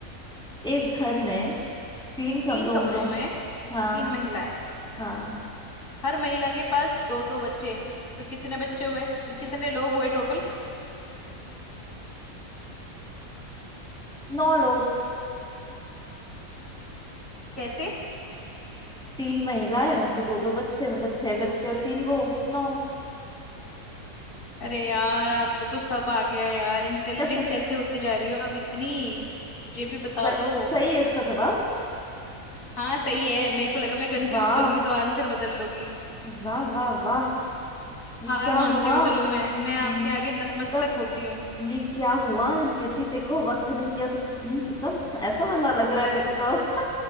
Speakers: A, in the centre; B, on the left.
A: एक घर में तीन कमरों
B: तीन कमरों
A: में
B: में
A: हाँ
B: तीन महिलाएं
A: हाँ
B: हर महिला के पास दो दो बच्चे तो कितने बच्चे हुए कितने लोग हुए टोटल
A: नौ लोग
B: कैसे
A: तीन महिलाएं उनके दो दो बच्चे मतलब छह बच्चे और तीन वो नौ
B: अरे यार आपको तो सब आ गया यार इंटेलिजेंट
A: <laughs>
B: कैसे होती जा रही हो आप इतनी मुझे भी बता
A: सही
B: दो
A: सही है इसका जवाब
B: हाँ सही है मेरे को लगा मैं कंफ्यूज
A: वाह
B: करूंगी तो आंसर बदल लोगी
A: वाह वाह वाह ये
B: हार
A: क्या
B: मानती
A: हुआ
B: हूँ चलो मैं मैं आपके
A: न-
B: आगे नतमस्तक
A: मतलब
B: होती हूँ
A: ये क्या हुआ नियति ते को वक्त ने किया कुछ हसीन सितम ऐसा वाला लग रहा है मेरे को तो